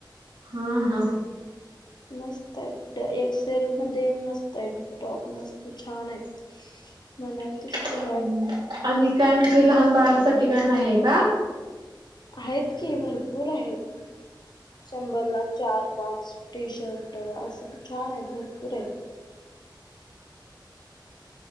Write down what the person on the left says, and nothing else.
मस्त आहेत एक्सेल मध्ये मस्त आहेत टॉप मस्त छान आहेत.
म्हणाल तशी ग.
आहेत की भरपूर आहेत शंभर ला चार पाच टी शर्ट असं पण छान आहेत भरपूर आहेत.